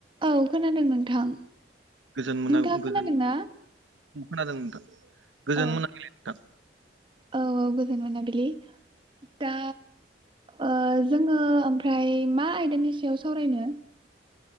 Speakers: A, on the right; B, on the right.
A: औ खोनादों नोंथां,
B: गोजोन मोना
A: नोंथाङा
B: गोजोन
A: खोनादों ना?
B: खोनादों नोंथां। गोजोन
A: औ,
B: मोनाबिलि नोंथां
A: औ-औ गोजोन मोनाबिलि, दा ओ जोङो ओमफ्राय मा आयदानि सायाव सावरायनो?